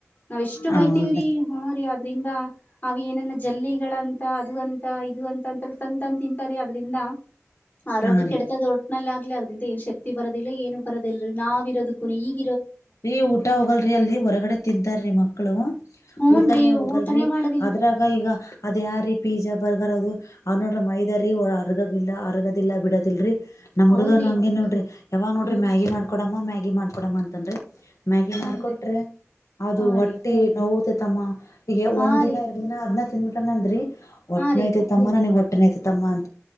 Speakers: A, on the left; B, on the left.
A: ನಾವ್ ಎಷ್ಟು
B: ಹೌದ
A: ಬೈತೀವ್ರಿ ಹ ರಿ ಅದ್ರಿಂದ ಅವ ಏನ ಜಲ್ಲಿಗಳಂತ ಅದು ಅಂತ ಇದು ಅಂತ ಅಂತ ತಂದ್ ತಂದ್ ತಿಂತಾರೆ ಅದ್ರಿಂದ. ಆರೋಗ್ಯ
B: ಹಾ ರೀ
A: ಕೆಡ್ತದ ಒಟ್ನಲ್ಲಿ ಆಗ್ಲಿ ಅದ್ರಿಂದ ಏನ್ ಶಕ್ತಿ ಬರದಿಲ್ಲ ಏನು ಬರೋದಿಲ್ಲ ನಾವ್ ಇರೋದಕ್ಕೂನು ಈಗ್ -
B: ರಿ ಊಟ ಹೋಗಲ್ರರಿ ಅಲ್ಲಿ ಹೊರಗಡೆ ತಿಂತಾರಿ ಮಕ್ಕಳು
A: ಹೂನ್
B: ಊಟಾನೇ
A: ರೀ
B: ಹೋಗಲ್ರಿ.
A: ಊಟನೇ ಮಾಡೋದಿಲ್ಲ
B: ಅದ್ರಾಗ ಈಗ ಅರ್ ಯಾರಿ ಪೀಜ. ಬರ್ಗಾರದು ಅವ್ ನೋಡ್ರ ಮೈದ ರೀ ಅರ್ಗಗಿಲ್ಲಾ ಅರ್ಗದಿಲ್ಲ ಬಿಡದಿಲ್ರಿ. ನಮ್
A: ಹೌದ್ರಿ
B: ಹುಡ್ಗನು ಹಂಗೆ ನೋಡ್ರಿ ಯಾವಗ್ ನೋಡ್ರಿ
A: ಹ್ಮ್
B: ಮ್ಯಾಗಿ ಮಾಡ್ಕೊಡಮ್ಮ ಮ್ಯಾಗಿ ಮಾಡ್ಕೊಡಮ್ಮ ಅಂತನ್ರಿ. ಮ್ಯಾಗಿ
A: ಹೂನ್ರಿ
B: ಮಾಡಕೊಟ್ರೆ ಅದು
A: ಹಾ
B: ಹೊಟ್ಟಿ
A: ರೀ
B: ನೋವ್ತಮ್ಮ. ಈಗ
A: ಹಾ
B: ಒಂದ್ ದಿನ
A: ರೀ
B: ಎರಡು ದಿನ ಅದ್ ತಿಂದ್ಬಿಟ್ಟ ಅಂದ್ರಿ ಹೊಟ್
A: ಹಾ
B: ನೋಯ್ತಮ್ಮ ನನಗ್ ಹೊಟ್ಟೆ ನೊಯ್ತಮ್ಮ ಅಂ